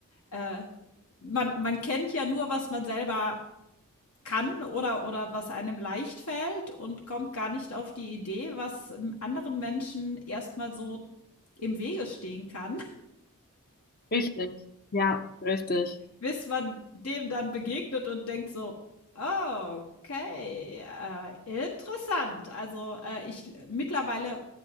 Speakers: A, on the left (about 80°); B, on the left (about 40°).
A: äh, man, man kennt ja nur, was man selber kann oder, oder was einem leicht fällt und kommt gar nicht auf die Idee, was ähm, anderen Menschen erstmal so im Wege stehen kann.
B: richtig. Ja, richtig.
A: bis man dem dann begegnet und denkt so: „Ah, okay, äh, interessant.“ Also, äh, ich mittlerweile